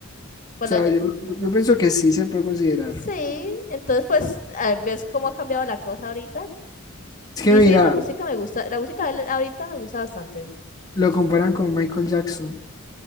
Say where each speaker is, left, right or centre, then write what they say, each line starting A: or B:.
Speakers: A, on the left (about 40°); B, on the left (about 20°).
A: Pues
B: O sea,
A: la-
B: yo, yo pienso que sí se puede considerar.
A: sí, entonces pues ah, ves cómo ha cambiado la cosa ahorita.
B: Es que
A: Y
B: mira,
A: sí, la música me gusta, la música de él ahorita me gusta bastante.
B: Lo comparan con Michael Jackson,